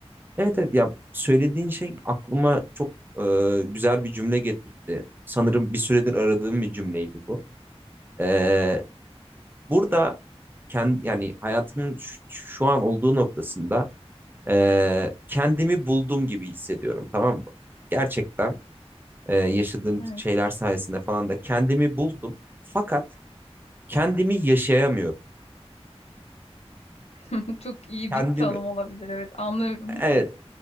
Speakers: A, on the right; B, on the left.
A: evet, evet. Ya söylediğin şey aklıma çok e, güzel bir cümle getirdi. Sanırım bir süredir aradığım bir cümleydi bu. Ee, burada kendi yani hayatımın şu şu an olduğu noktasında e, kendimi buldum gibi hissediyorum tamam mı? Gerçekten e, yaşadığım
B: Evet.
A: şeyler sayesinde falan da kendimi buldum. Fakat kendimi yaşayamıyorum.
B: <laughs> Çok iyi
A: Kendimi
B: bir tanım olabilir. Evet, anlıyorum.
A: evet